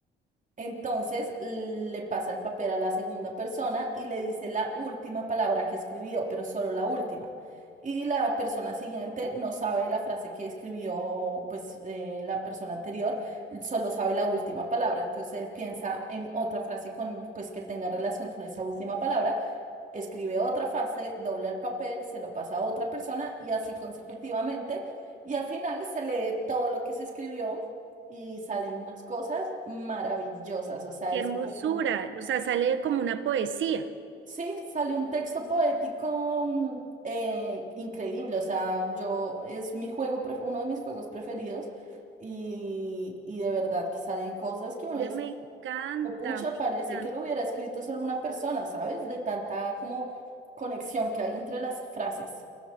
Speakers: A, on the right; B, on the right.
A: Entonces le pasa el papel a la segunda persona y le dice la última palabra que escribió, pero solo la última. Y la persona siguiente no sabe la frase que escribió, pues eh, la persona anterior, solo sabe la última palabra. Entonces él piensa en otra frase con, pues que tenga relación con esa última palabra escribe otra frase, dobla el papel, se lo pasa a otra persona y así consecutivamente. Y al final se lee todo lo que se escribió y salen unas cosas maravillosas. O sea,
B: Qué
A: es
B: hermosura.
A: un poco...
B: O sea, sale como una poesía.
A: Sí, sale un texto poético mm, eh, increíble. O sea, yo es mi juego, pref- uno de mis juegos preferidos y, y de verdad que salen cosas que uno
B: Oye,
A: dice,
B: me encanta,
A: "Oh, pucha,
B: me
A: parece
B: encanta.
A: que lo hubiera escrito solo una persona, ¿sabes? De tanta como conexión que hay entre las frases.